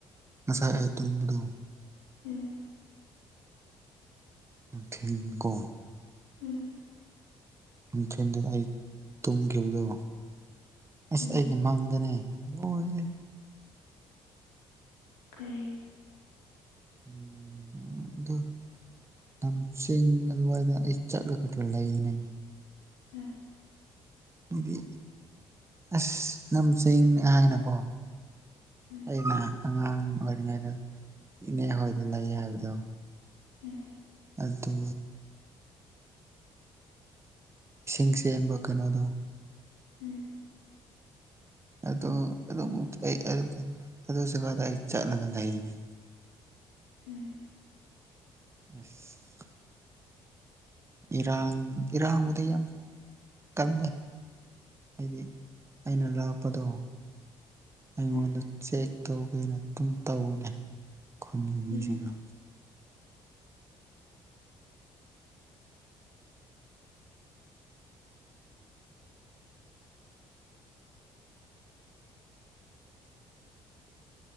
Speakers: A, on the right; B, on the left.
A: ꯉꯁꯥꯏ ꯑꯩ ꯇꯨꯝꯕꯗꯣ
B: ꯎꯝ
A: ꯐꯤꯂꯝ ꯀꯣ
B: ꯎꯝ
A: ꯅꯨꯡꯊꯤꯟꯗ ꯑꯩ ꯇꯨꯝꯈꯤꯕꯗꯣ ꯑꯁ
B: ꯎꯝ
A: ꯑꯩꯒꯤ ꯃꯥꯡꯗꯅꯦ ꯅꯦ
B: ꯐꯔꯦ
A: ꯎꯝ ꯑꯗꯨ ꯂꯝꯁꯤꯡ ꯑꯗꯨꯋꯥꯏꯗ ꯑꯩ ꯆꯠꯂꯒ ꯈ ꯈꯔ ꯂꯩꯌꯦꯅꯦ
B: ꯎꯝ
A: ꯑꯗꯨꯗꯤ ꯑꯁ ꯅꯝ ꯆꯦꯡꯅꯦ ꯍꯥꯏꯅꯀꯣ
B: ꯎꯝ
A: ꯑꯩꯅ ꯑꯉꯥꯡ ꯑꯣꯏꯔꯤꯉꯩꯗ ꯏꯅꯦ ꯍꯣꯏꯗꯅ ꯂꯩ ꯍꯥꯏꯕꯗꯣ
B: ꯎꯝ
A: ꯑꯗꯨ ꯏꯁꯤꯡ ꯆꯦꯟꯕ ꯀꯩꯅꯣꯗꯣ
B: ꯎꯝ
A: ꯑꯗꯨ ꯑꯗꯨꯗ ꯑꯩ ꯆꯠꯂꯒ ꯂꯩꯒꯅꯤ
B: ꯎꯝ
A: ꯑꯁ ꯏꯔꯥꯡ ꯏꯔꯥꯡꯕꯨꯗꯤ ꯌꯥꯝ ꯀꯜꯂꯦ ꯍꯥꯏꯗꯤ ꯑꯩꯅ ꯂꯥꯛꯄꯗꯣ ꯑꯩꯉꯣꯟꯗ
B: ꯎꯝ
A: ꯆꯦꯛ ꯇꯧꯒꯦꯅ ꯑꯗꯨꯝ ꯇꯧꯋꯅꯦ ꯈꯨꯟꯒꯤ ꯃꯤꯁꯤꯡꯅ
B: ꯎꯝ